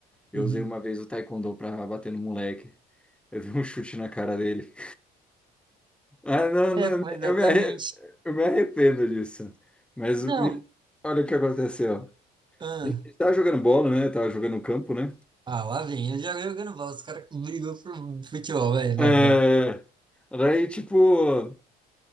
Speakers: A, in the centre; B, on the right.
A: Eu
B: Uhum.
A: usei uma vez o taekwondo para bater no moleque. Eu dei um chute na cara dele. Ah, não,
B: É,
A: não,
B: pô, exatamente.
A: eu me, arre- eu me arrependo disso. Mas
B: Não.
A: me- olha o que aconteceu.
B: Ah,
A: Ele tava jogando bola, né? Tava jogando no campo, né?
B: ah, lá vem. Eu já jogando bola. Os caras brigam por futebol. Vai, vai,
A: É,
B: vai.
A: daí, tipo,